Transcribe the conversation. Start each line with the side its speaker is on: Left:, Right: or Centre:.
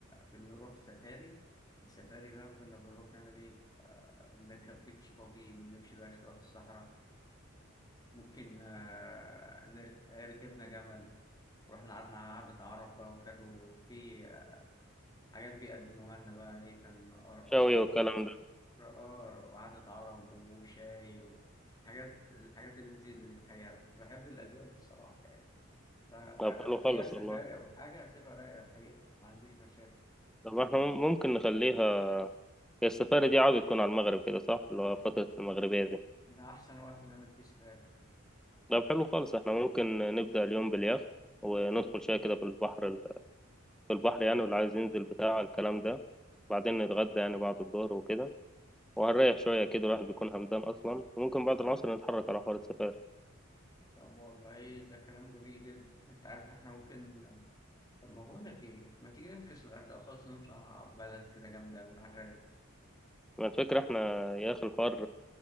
Left: بنروح سفاري السفاري بقى كنا بنروح نعمل إيه آه، بنركب بيتش باجي ونمشي بقى شوية في الصحراء ممكن آه، نر- ركبنا جمل ورحنا قعدنا قعدة عرب بقى وكده وفي حاجات بيقدموها لنا بقى إيه كان رقصات
Centre: شاوي والكلام ده
Left: رقار وقعدة عرب وشاي وحاجات الحاجات اللذيذة دي الحقيقة كنت بحب الأجواء دي الصراحة يعني فلو
Centre: طب حلو
Left: فيها
Centre: خالص
Left: سفاري
Centre: والله
Left: أو حاجة هتبقى رايقة الحقيقة ما عنديش مشاكل
Centre: طب احنا ممكن نخليها هي السفاري دي عاوزة تكون على المغرب كده صح اللي هو فترة المغربية دي
Left: ده أحسن وقت نعمل فيه سفاري
Centre: طب حلو خالص احنا ممكن نبدأ اليوم باليخت وندخل شوية كده في البحر ال- في البحر يعني واللي عايز ينزل بتاع الكلام ده وبعدين نتغدى يعني بعد الظهر وكده وهنريح شوية كده الواحد بيكون همدان أصلا وممكن بعد العصر نتحرك على حوار السفاري
Left: طب والله ده كلام جميل جدا أنت عارف إحنا ممكن طب ما بقول لك ايه ما تيجي نفكس الغردقه خالص ونطلع بلد كده جامده من الغردقه
Centre: ما الفكرة احنا يا أخي الحوار